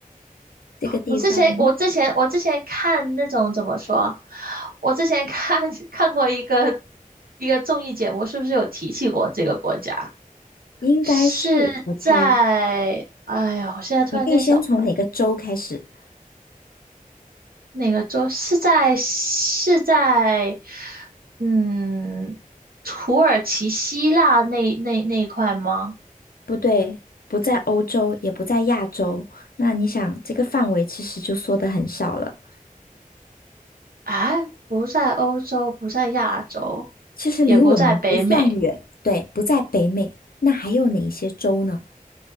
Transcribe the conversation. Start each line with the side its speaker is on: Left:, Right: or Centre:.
Left: 这个地方
Right: 我之前我之前我之前看那种怎么说，我之前看 <laughs> 看过一个一个综艺节目，是不是有提起过这个国家？
Left: 应该是，
Right: 是在，
Left: 我猜，
Right: 哎呀，我现在突然间想
Left: 你可以先从哪个州开始？
Right: 哪个州？是在是在嗯土耳其、希腊那那那一块吗？
Left: 不对，不在欧洲，也不在亚洲。那你想，这个范围其实就缩得很少了。
Right: 哎，不在欧洲，不在亚洲，
Left: 其实离我们不算远，
Right: 也不在北美、
Left: 对，不在北美。那还有哪一些州呢？